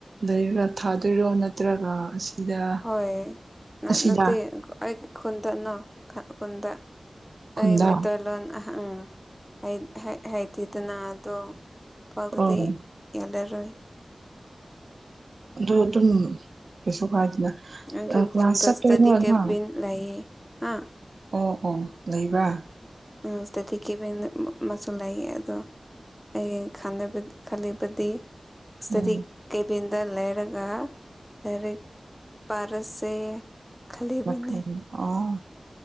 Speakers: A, on the right (about 70°); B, in the centre.
A: ꯂꯩꯔꯒ ꯊꯥꯗ‌ꯣꯏꯔꯣ ꯅꯠꯇ꯭ꯔꯒ ꯑꯁꯤꯗ
B: ꯍꯣꯏ ꯅꯠ
A: ꯑꯁꯤꯗ
B: ꯅꯠꯇ‌ꯦ ꯑꯩ ꯈꯨꯟꯗ ꯅꯣ ꯈꯨꯟꯗ
A: ꯈꯨꯟꯗ
B: ꯑꯩ ꯃꯩꯇꯩꯂꯣꯟ ꯑꯍꯪ ꯍꯩ ꯍꯩ ꯍꯥꯏꯇꯦꯗꯅ ꯑꯗꯣ ꯏꯝꯐꯥꯜ
A: ꯑꯣ
B: ꯗꯗꯤ ꯌꯥꯜꯂꯔꯣꯏ
A: ꯑꯗꯣ ꯑꯗꯨꯝ ꯀꯩꯁꯨ ꯀꯥꯏꯗ‌‌ꯦꯅ
B: ꯑꯩꯒꯤ
A: ꯑ ꯀ꯭ꯂꯥꯁ
B: ꯈꯨꯟꯗ
A: ꯆꯠꯇ‌ꯣꯏꯔ‌ꯣ
B: ꯏꯁꯇꯗꯤ ꯀꯦꯕꯤꯟ
A: ꯅꯪ
B: ꯂꯩꯌꯦ ꯍꯥ
A: ꯑꯣ ꯑꯣ ꯂꯩꯕꯔ
B: ꯎꯝ ꯁ ꯇꯗꯤ ꯀꯕꯤꯟ ꯃꯁꯨꯂꯩꯌ‌‌ꯦ ꯑꯗꯣ ꯑꯩ ꯈꯟꯅꯤꯕꯗꯤ ꯈꯜꯂꯤꯕꯗꯤ ꯏꯁꯇꯗꯤ
A: ꯎꯝ
B: ꯀꯦꯕꯤꯟꯗ ꯂꯩꯔꯒ ꯗꯥꯏꯔꯦꯛ ꯄꯥꯔꯁꯦ ꯈꯜꯂꯤꯕꯅꯤ
A: ꯂ ꯈꯔ <unintelligible> ꯑꯣ